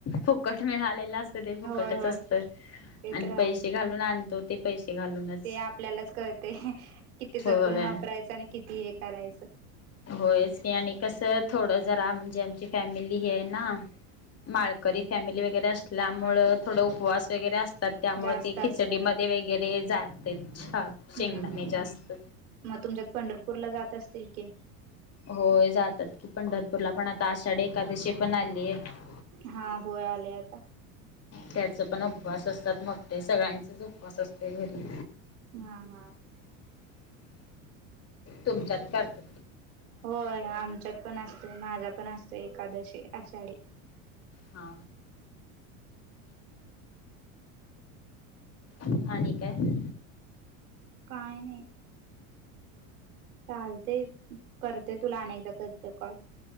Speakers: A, on the left (about 35°); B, on the right (about 85°).
A: फुकट मिळालेलं असत सध फुकटच
B: होय होय
A: असत आणि
B: ते तर
A: पैसे घालून आणतो ते पैसे घालूनच
B: ते आपल्यालाच कळते किती जपून
A: होय
B: वापरायचं आणि किती हे करायचं
A: होयच नाही आणि कसं थोडं जरा म्हणजे आमची फॅमिली ही आहे ना माळकरी फॅमिली व वगैरे असल्यामुळं
B: हा हा
A: थोडं उपवास वगैरे असतात त्यामुळ
B: जास्त
A: ते
B: असतात
A: खिचडीमध्ये वगैरे जाते छान शेंगदाणे
B: हम्म हम्म
A: जास्त
B: मग तुमच्यात पंढरपूरला जात असतील की
A: होय जातात की पंढरपूरला पण आता आषाढी एखकादशी पण आली आहे
B: हा होय आले आता
A: त्याचा पण उपवास असतात मग ते सगळ्यांचेच उपवास असते घरी
B: हा हा
A: तुमच्यात करत
B: होय आमच्यात पण असतोय माझा पण असतो एकादशी आषाढी
A: हा ठान का आहे
B: काय नाही चालते करते तुला अनेकदा करते कॉल